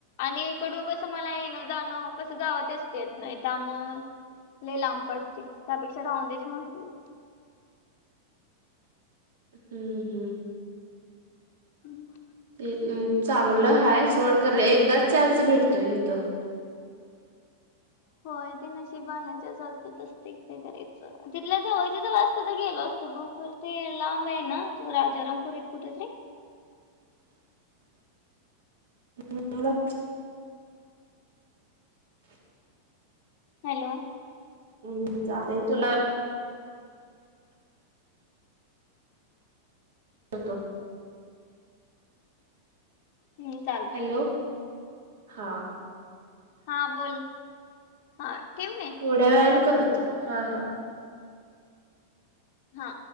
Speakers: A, on the left; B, on the right.
A: आणि इकडून कसं मला येणं जाणं कसं गावात असत येत नाही त्या मग ले लांब पडते त्यापेक्षा राहून देच म्हटल
B: हम्म हम्म
A: हम्
B: ते चांगलं ह सड कर एकदा चान्स भेटतोय तिथं
A: होय ते नशीबनायच्या जात असते काय करायचं तिथल्या जवळच वाजत तर गेल असतो तगपूर ते लांब आहे ना तू राजारामपूर इत कुठेतरी
B: <inaudible> हम् लक्ष <inaudible>
A: हॅलो
B: हम्म तुला जतो
A: हम्म चालतय
B: हॅलो हा
A: हा बोल हा ठेवू काय
B: थोड्या वेळ करतो हा हा
A: हा